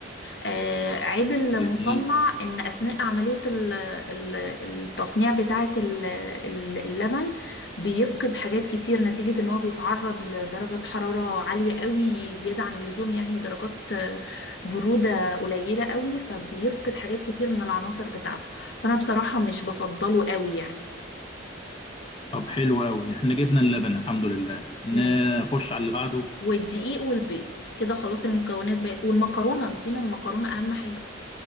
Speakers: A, on the left; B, on the left.
A: آه عيب المصنع
B: جميل
A: ان اثناء عملية ال- ال- التصنيع بتاعة ال- ال- اللبن بيفقد حاجات كتير نتيجة ان هو بيتعرض لدرجة حرارة عالية قوي زيادة عن اللزوم يعني ودرجات آه، برودة قليلة قوي فبيفقد حاجات كتير من العناصر بتاعته فانا بصراحة مش بفضله قوي يعني
B: طب حلو قوي احنا جبنا اللبن الحمد لله نخش
A: ماشي.
B: على اللي بعده
A: والدقيق والبيض كده خلاص المكونات بقت والمكرونة نسينا المكرونة أهم حاجة